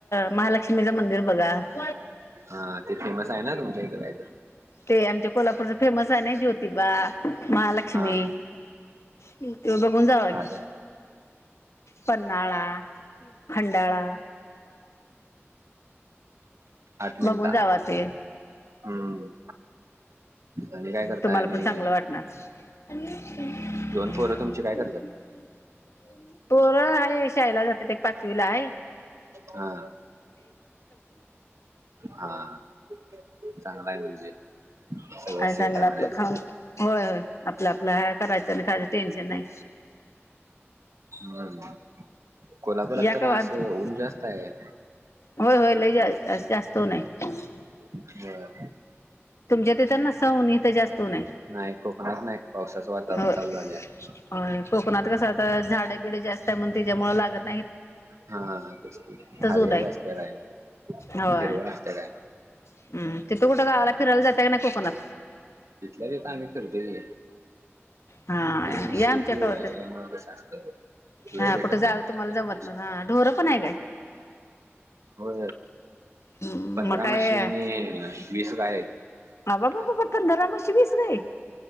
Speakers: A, on the left (about 75°); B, on the right (about 90°).
A: महालक्ष्मीचं मंदिर बघा. <inaudible>
B: हा ते फेमस आहे ना तुमच्या इथं काय तर.
A: ते आमच्या कोल्हापूरच फेमस आहे ना ज्योतिबा. महालक्ष्मी.
B: हा
A: नी. ते बघून जावा
B: भारी
A: की.
B: आहे
A: पन्हाळा. खंडाळा.
B: मिनटा
A: बघून जावा
B: हम्म.
A: ते
B: आणि काय करताय
A: तुम्हाला
B: आणि
A: पण चांगलं वाटणार. <unintelligible>
B: दोन पोरं तुमची काय करतात
A: तोर आहे शाळेला जात्याती. पाचवीला हाय.
B: हा. हा. चांगला आहे म्हणजे सगळं
A: आणि चांगलं
B: सेट आहे म्हणायचं.
A: आपलं खाऊन होय होय आपलं आपलं ह करायचं आणि खायचं टेन्शन नाही.
B: बर कोल्हापुरात
A: या
B: तर
A: का
B: असं
A: आमच्या
B: ऊन जास्त हाय.
A: होय होय लय जा जा तो नाही.
B: व्हय.
A: तुमच्या तिथं नसाव ऊन इथं जास्त ऊन
B: नाही कोकणात नाही पावसाचं वातावरण
A: हाय.
B: चालू झालंय आता
A: होय. कोकणात कसं आता झाडबिड जास्त हाय म्हणून त्याच्यामुळे लागतं
B: हा तेच हारलेली
A: ऊन आहे
B: असते काय
A: होय
B: हिरवळ असतं काय?
A: हम्म तिथं कुठं गावाला फिरायला जाता का नाही कोकणात?
B: तिथल्या तिथं आम्ही फिरतो की.
A: हा
B: कारण
A: या
B: शेती
A: आमच्या कवतर
B: एवढी असल्यामुळे कसं असतं वेळ
A: हा
B: भेटत
A: कुठे जायला
B: नाही ना
A: तुम्हाला
B: त्या
A: जमत
B: विषयी
A: ना हा ढोर पण आहे काय?
B: हो.
A: हम्म,
B: पंधरा
A: मग काय
B: म्हशी आणि वीस गाय आहेत.
A: बाबा बाबा पंधरा म्हशी वीस गाई.